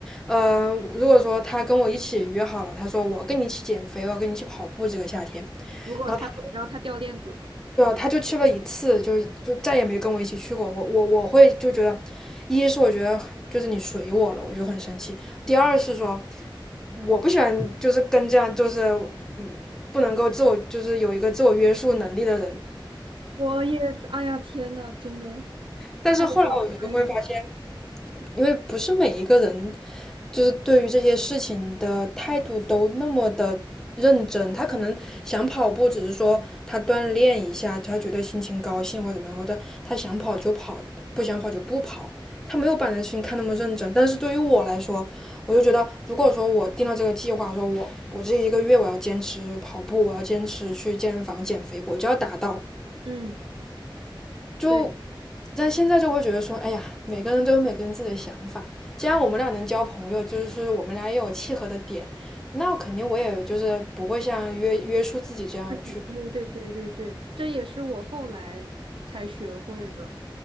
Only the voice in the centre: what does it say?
嗯、如果说他跟我一起约好了，他说我要跟你一起减肥，我要跟你一起跑步这个夏天，
然后他。
对啊，他就去了一次，就就再也没跟我一起去过。我我我会就觉得，一是我觉得就是你随我了，我就很生气；第二是说我不喜欢就是跟这样就是嗯不能够自我就是有一个自我约束能力的人。
但是后来我就会发现。
因为不是每一个人就是对于这些事情的态度都那么的认真，他可能想跑步，只是说他锻炼一下，他觉得心情高兴或者怎么样，或者他想跑就跑，不想跑就不跑。他没有把这件事情看那么认真，但是对于我来说，我就觉得，如果说我定了这个计划，说我我这一个月我要坚持跑步，我要坚持去健身房减肥，我就要达到。
就，
但现在就会觉得说，哎呀，每个人都有每个人自己的想法。既然我们俩能交朋友，就是我们俩也有契合的点，那肯定我也就是不会像约约束自己这样去。